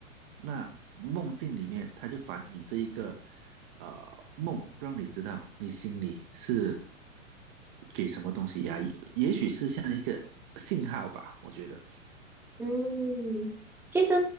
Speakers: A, on the right; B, in the centre.
A: 那梦境里面，它就反映这一个呃梦，让你知道你心里是给什么东西压抑，也许是像一个信号吧，我觉得。
B: 嗯，其实